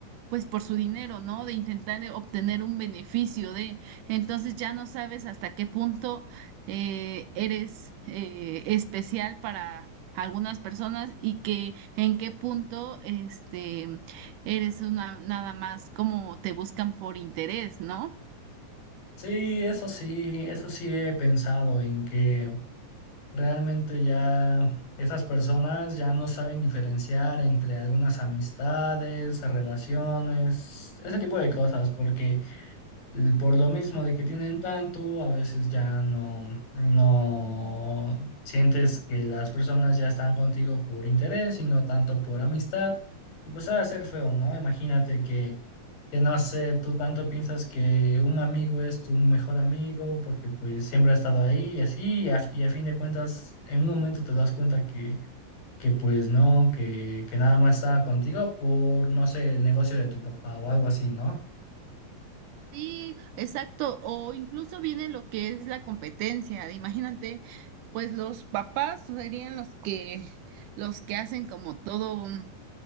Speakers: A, on the right; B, on the left.
A: pues por su dinero, ¿no? De intentar eh, obtener un beneficio de, entonces ya no sabes hasta qué punto eh, eres eh, especial para algunas personas y que en qué punto este Eres una nada más como te buscan por interés, ¿no?
B: Sí, eso sí, eso sí he pensado en que Realmente ya esas personas ya no saben diferenciar entre algunas amistades, relaciones, ese tipo de cosas, porque l- por lo mismo de que tienen tanto, a veces ya no, no sientes que las personas ya están contigo por interés y no tanto por amistad. Y pues ha de ser feo, ¿no? Imagínate que que no sé, tú tanto piensas que un amigo es tu mejor amigo porque pues siempre ha estado ahí y así, y a, y a fin de cuentas, en un momento te das cuenta que, que pues no, que, que nada más estaba contigo por, no sé, el negocio de tu papá o algo así, ¿no?
A: Sí, exacto. O incluso viene lo que es la competencia. Imagínate, pues los papás serían los que, los que hacen como todo.